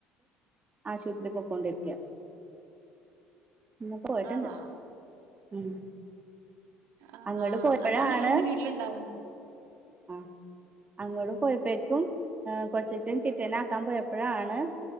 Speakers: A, on the right; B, on the right.
A: ആശുപത്രി പോക്കൊണ്ടിരിക്കാ ഇന്ന് പോയിട്ടുണ്ട്
B: ആണോ?
A: ഉം
B: ആ
A: അങ്ങോട്ട്
B: ആ
A: പോയപ്പോഴാണ്
B: അതാണല്ലേ ഇന്ന് വീട്ടില ഇണ്ടാവാതെ
A: ആ അങ്ങ്ട് പോയപ്പോഴ്ക്കും എ കൊച്ചച്ചും ചിറ്റേനെ ആക്കാൻ പോയപ്പോഴാണ്